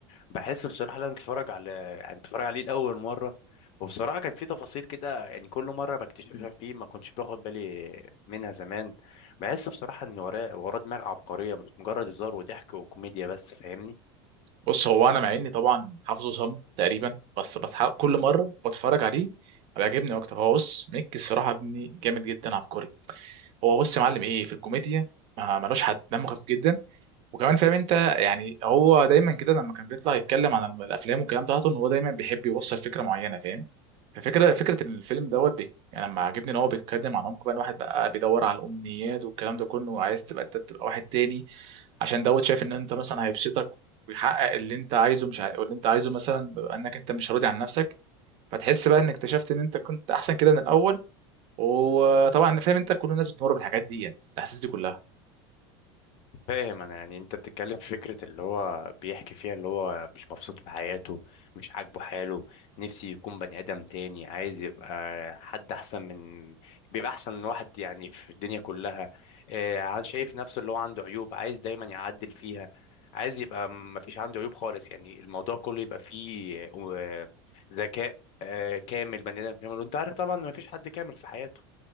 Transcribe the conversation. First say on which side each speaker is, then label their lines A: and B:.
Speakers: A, on the left; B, on the right.
A: بحس بصراحه لما اتفرج على يعني اتفرج عليه لاول مره وبصراحه كان في تفاصيل كده يعني كل مره بكتشفها فيه ما كنتش باخد بالي منها زمان بحس بصراحه ان وراه وراه دماغ عبقريه مش مجرد هزار وضحك وكوميديا بس فاهمني
B: بص هو انا مع اني طبعا حافظه صم تقريبا بس بتح... كل مره بتفرج عليه بيعجبني اكتر هو بص ميك الصراحه ابني جامد جدا عبقري هو بص يا معلم ايه في الكوميديا ما ملوش حد دمه خفيف جدا وكمان فاهم انت يعني هو دايما كده لما كان بيطلع يتكلم عن الافلام والكلام ده ان هو دايما بيحب يوصل فكره معينه فاهم فكرة فكرة الفيلم دوت بي يعني لما عجبني ان هو بيتكلم عن عمق بقى إن واحد بقى بيدور على الامنيات والكلام ده كله وعايز تبقى انت تبقى واحد تاني عشان دوت شايف ان انت مثلا هيبسطك ويحقق اللي انت عايزه مش عارف اللي انت عايزه مثلا بيبقى انك انت مش راضي عن نفسك فتحس بقى انك اكتشفت ان انت كنت احسن كده من الاول وطبعا انا فاهم انت كل الناس بتمر بالحاجات ديت الاحاسيس دي كلها
A: فاهم انا يعني انت بتتكلم في فكره اللي هو بيحكي فيها اللي هو مش مبسوط بحياته مش عاجبه حاله نفسي يكون بني ادم تاني عايز يبقى حد احسن من بيبقى احسن من واحد يعني في الدنيا كلها آه، عايز- شايف نفسه اللي هو عنده عيوب عايز دايما يعدل فيها عايز يبقى ما فيش عنده عيوب خالص يعني الموضوع كله يبقى فيه آه، ذكاء آه، كامل بني ادم كامل وانت عارف طبعا ما فيش حد كامل في حياته